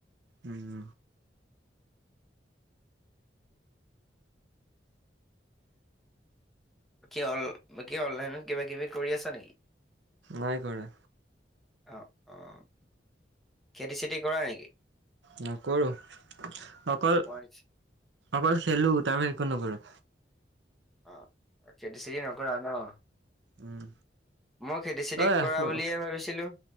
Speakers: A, on the right; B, in the centre.
A: উম্,
B: বাকী অল, বাকী অনলাইনত কিবা-কিবি কৰি আছা নেকি?
A: নাই কৰা।
B: অ', অ', খেতি চেতি কৰা নেকি?
A: নকৰো, অকল,
B: মই
A: অকল খেলো আৰু একো নকৰো।
B: অ', খেতি চেতি নকৰা ন।
A: উম
B: মই খেতি চেতি
A: ঐ
B: কৰা বুলিহে ভাবিছিলোঁ।